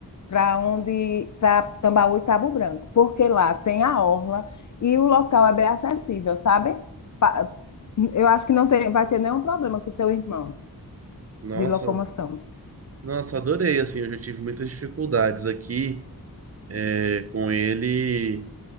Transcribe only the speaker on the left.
para onde para Tambaú e Cabo Branco, porque lá tem a orla e o local é bem acessível, sabe? Pa- Eu acho que não tem, vai ter nenhum problema com o seu irmão
de locomoção.